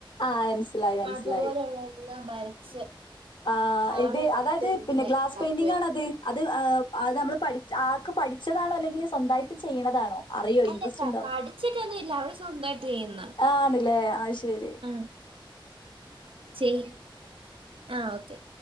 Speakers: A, on the left; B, on the right.
A: ആ മനസ്സിലായി മനസ്സിലായി
B: അതുപോലെയുള്ള എല്ലാം വരച്ച്
A: ആ്
B: ഹാള്
A: ഇത്
B: മൊത്തം
A: അതായത്
B: ഇങ്ങനെ
A: പിന്നെ ഗ്ലാസ്
B: ഇതാക്കുമായിരുന്നു
A: പെയിൻറിങ്ങാണോ <unintelligible> അത് ഏഹ് അത് നമ്മള് പഠിച്ച് ആക്ക് പഠിച്ചതാണോ അല്ലെങ്കില് സ്വന്തായിട്ട് ചെയ്യണതാണോ? അറിയോ ഇൻട്രസ്റ്റ്
B: അല്ലല്ല
A: ഇണ്ടാവും
B: പഠിച്ചിട്ടൊന്നും ഇല്ല അവള് സ്വന്തമായിട്ട് ചെയ്യുന്ന
A: ആണില്ലേ അത് ശെരി.
B: ആ ചെയ് ആ ഓക്കെ